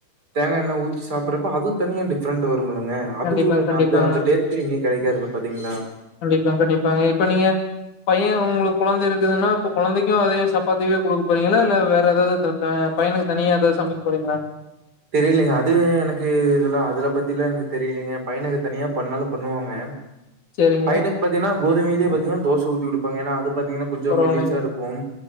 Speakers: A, on the right; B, on the left.
A: தேங்காய் ஊத்தி சாப்பிடறப்ப அது தனியா டிப்ரன்ட் வரும் லங்க அது
B: கண்டிப்பாங்க
A: ஒரு
B: கண்டிப்பாங்க
A: அந்த டேஸ்ட் எங்கயும் கிடைக்காதுல பாத்தீங்களா
B: ப்ப கண்டிப்பாங்க இப்ப நீங்க பைய உங்களுக் குழந்த இருக்குதுன்னா இப்ப குழந்தேக்கு அதே சப்பாத்திவே குடுக்க போறீங்களா இல்ல வேற எதாது அ பையனுக்கு தனியா எதாது சமைக்க போறீங்களா?
A: தெரியலேங்க. அது எனக்கு இதெல்லா அதெல்லா பத்திலா எனக்கு தெரீலேங்க. பையனுக்கு தனியா பண்ணாலு பண்ணுவாங்க.
B: சேரிங்க
A: பைய்னுக்கு பாத்தீனா கோதுமேலியே பாத்தீனா தோச ஊத்தி குடுப் பாங்க ஏனா அது பாத்தீங்ன்னா கொஞ்சோ
B: பரவாயில்லைங்க
A: மெல்லீசா இருக்கும்.